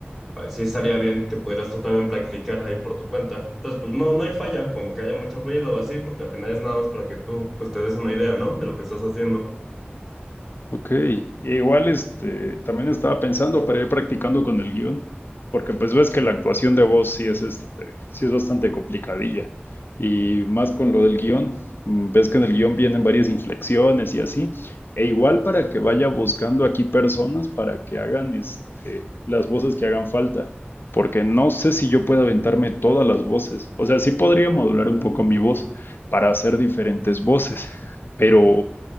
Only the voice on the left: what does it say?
Ok, igual este, también estaba pensando para ir practicando con el guión, porque pues ves que la actuación de voz sí es, este, sí es bastante complicadilla, y más con lo del guión, mm, ves que en el guión vienen varias inflexiones y así, e igual para que vaya buscando aquí personas para que hagan este, las voces que hagan falta, porque no sé si yo pueda aventarme todas las voces, o sea, sí podría modular un poco mi voz para hacer diferentes voces, pero